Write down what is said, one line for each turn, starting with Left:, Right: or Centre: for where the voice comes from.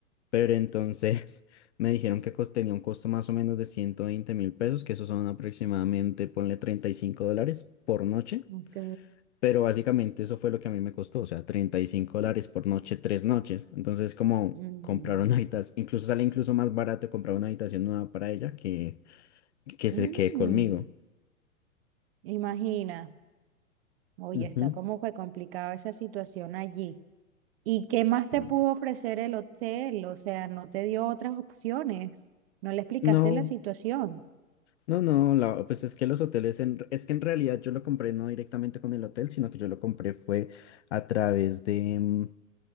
Left: pero entonces <laughs> me dijeron que cos- tenía un costo más o menos de ciento veinte mil pesos, que esos son aproximadamente, ponle 35 dólares por noche,
Right: ok.
Left: pero básicamente eso fue lo que a mí me costó, o sea, 35 dólares por noche, tres noches. Entonces, como
Right: Mm,
Left: comprar una habitación, incluso sale incluso más barato comprar una habitación nueva para ella que que
Right: mm,
Left: se quede conmigo.
Right: imagina. Oye,
Left: Ujú.
Right: está como que complicada esa situación allí. ¿Y qué
Left: Sí.
Right: más te pudo ofrecer el hotel? O sea, no te dio otras opciones. No le explicaste
Left: No.
Right: la situación.
Left: No, no, la- pues es que los hoteles, en- es que en realidad yo lo compré no directamente con el hotel, sino que yo lo compré fue a través de, mm,